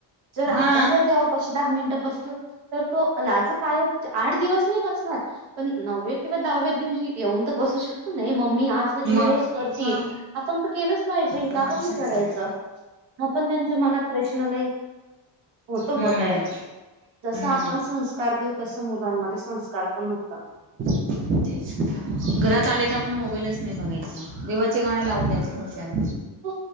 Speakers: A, on the right (about 80°); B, on the right (about 30°).
A: जर आपण
B: हा
A: जर ते ऑफ. पशी दहा मिनिटं बसलो तर तो लाज काय आठ दिवस नाही बसणार. पण नवव्या किंवा दहाव्या दिवशी येऊन तर बसू शकतो ना हे मम्मी आज. त
B: मग
A: ही रोज करती
B: हा
A: आपण तर केलंच पाहिजे हे
B: तो
A: काबर
B: माणूस
A: नाही करायचं.
B: चांगला
A: हा पण त्यांच्या मनात प्रश्न लही होतो
B: हम्म
A: भो तयार. जसं
B: हम्म
A: आपण संस्कार देऊ तसं मुलांमध्ये संस्कार पण होतात न.
B: जच. घरात आले का मग आपण मोबाईलच नाही बघायचा देवाचे गाणे लावून देयायचे खुशाल.
A: हो